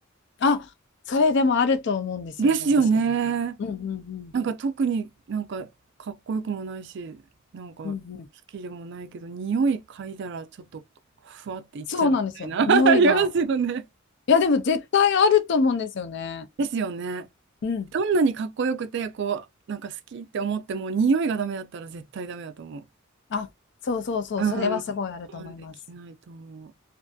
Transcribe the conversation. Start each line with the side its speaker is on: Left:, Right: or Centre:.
Left: あ、それでもあると思うんですよね、
Right: ですよね。
Left: 私も。うんうんうん
Right: なんか特になんかかっこよくもないし、なんか好きでもないけど、
Left: うんうん
Right: 匂い嗅いだらちょっとふわっていっちゃうみたいな、
Left: そうなんですよ。
Right: <laughs>
Left: 匂いが。
Right: ありますよね。
Left: いや、でも絶対あると思うんですよね。
Right: ですよね。
Left: うん
Right: どんなにかっこよくて、こう、なんか好きって思っても、匂いがダメだったら絶対ダメだと思
Left: あ、そうそうそう、
Right: う。うん。
Left: それはすごいあると思います。
Right: 我慢できないと思う。